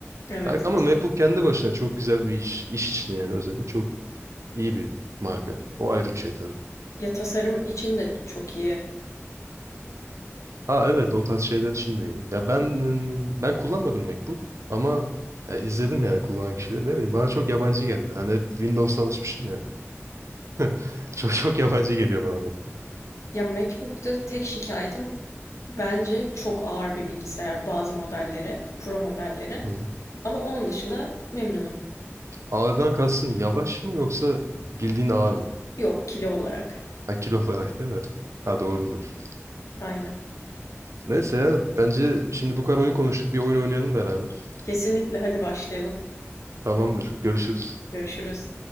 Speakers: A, on the left; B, on the right.
A: Evet.
B: Belki- Ama
A: kesin.
B: MacBook kendi başına çok güzel bir iş. iş için yani özellikle çok iyi bir marka. O ayrı bir şey tabii.
A: Ya tasarım için de çok iyi.
B: Ha evet o tarz şeyler için de iyi. Ya ben ım, ben kullanmadım MacBook ama ya izledim yani kullanan kişileri ne bileyim bana çok yabancı geldi. Hani hep Windows'a alışmışım ya. <laughs> Çok çok yabancı geliyor bana MacBook.
A: Ya MacBook'ta tek şikayetim bence çok ağır bir bilgisayar bazı modelleri, pro modelleri.
B: Hı.
A: Ama onun dışında memnunum.
B: Ağırdan kalsın yavaş mı yoksa bildiğin ağır mı?
A: Yok kilo olarak.
B: Ha kilo <laughs> olarak değil mi? Ha doğrudur.
A: Aynen.
B: Neyse ya bence şimdi bu kadar oyun konuştuk bir oyun oynayalım beraber.
A: Kesinlikle hadi başlayalım.
B: Tamamdır. Görüşürüz.
A: Görüşürüz.